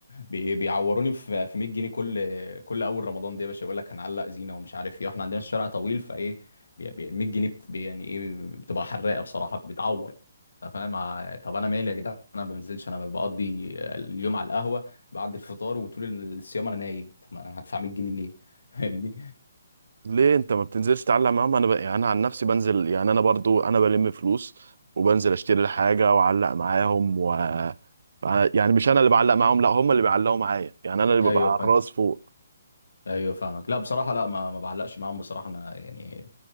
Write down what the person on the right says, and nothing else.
ليه انت ما بتنزلش تتعلم معاهم انا ب... يعني انا عن نفسي بنزل يعني انا برضو انا بلم فلوس وبنزل اشتري الحاجه واعلق معاهم و أنا- يعني مش انا اللي بعلق معاهم لا هم اللي بيعلقوا معايا يعني انا اللي ببقى
على الراس فوق